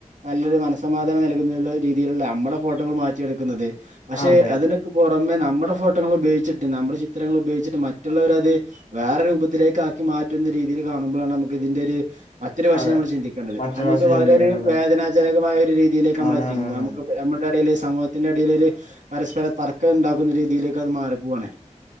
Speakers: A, on the right; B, on the left.
A: നല്ലൊരു മനസ്സമാധാനം നൽകുന്ന രീതിയിലുള്ള നമ്മുടെ ഫോട്ടോകൾ മാറ്റിയെടുക്കുന്നത് പക്ഷെ
B: അതെ
A: അതിന് ക്ക് പുറമെ നമ്മുടെ ഫോട്ടോകൾ ഉപയോഗിച്ചിട്ട് നമ്മുടെ ചിത്രങ്ങൾ ഉപയോഗിച്ചിട്ട് മറ്റുള്ളവര് അത് വേറെ രൂബത്തിലേക്കാക്കി മാറ്റുന്ന രീതിയില്കാണുമ്പളാണ് അമുക്ക് ഇതിന്റെര് മ ത്തിരി വശം
B: അതെ
A: ഞമ്മൾ ചിന്തിക്കേണ്ടത്
B: മറ്റൊരാശയം
A: ഹമുക്ക് വളരെര്
B: ചിന്തിക്കുന്നത്
A: വേദനാജനകമായ ഒരു രീതിയിലേക്ക് അമ്മളഎത്തിക്കും
B: ആണ് ആണ് ആണ്
A: വാമു
B: ആണ്
A: ക്ക്പെ അമ്മടെ എടീല് സമൂ ത്തിന്റെടിലൊര് പരസ്പര തർക്കംണ്ടാക്കുന്ന രീതിയിലേക്ക് അത് മാറി പുവാണ്